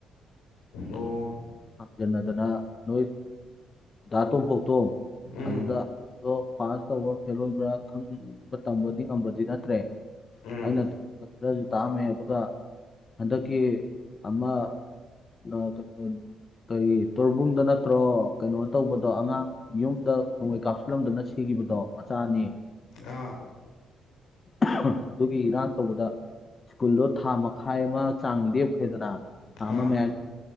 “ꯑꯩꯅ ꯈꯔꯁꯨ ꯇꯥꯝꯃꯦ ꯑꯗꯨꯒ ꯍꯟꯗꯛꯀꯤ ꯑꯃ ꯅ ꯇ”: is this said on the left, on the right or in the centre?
Left